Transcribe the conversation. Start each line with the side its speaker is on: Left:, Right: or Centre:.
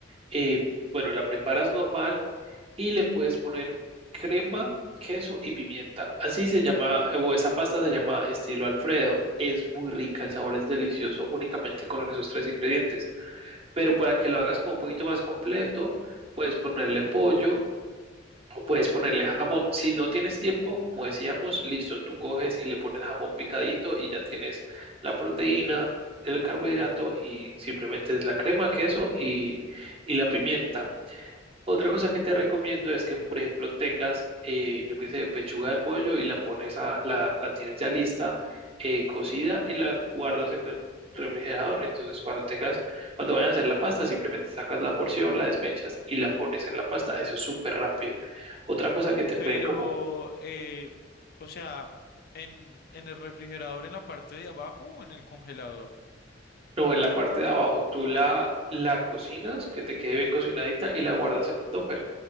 Right: Eh, bueno, la preparas normal y le puedes poner crema, queso y pimienta. Así se llama, eh, o esa pasta se llama estilo Alfredo. Es muy rica, el sabor es delicioso únicamente con esos tres ingredientes. Pero para que lo hagas como un poquito más completo, puedes ponerle pollo o puedes ponerle jamón. Si no tienes tiempo, como decíamos, listo, tú coges y le pones jamón picadito y ya tienes la proteína, el carbohidrato y simplemente es la crema, queso y, y la pimienta. Otra cosa que te recomiendo es que, por ejemplo, tengas, eh, yo qué sé, pechuga de pollo y la pones a, la, la tienes ya lista, eh, cocida y la guardas en el refrigerador. Entonces, cuando tengas, cuando vayas a hacer la pasta, simplemente sacas la porción, la desmechas y la pones en la pasta. Eso es súper rápido. Otra cosa que te
Left: Pero,
Right: puede como,
Left: eh, o sea, en, en el refrigerador en la parte de abajo o en el congelador.
Right: no, en la parte de abajo, tú la, la cocinas, que te quede bien cocinadita y la guardas en un topper.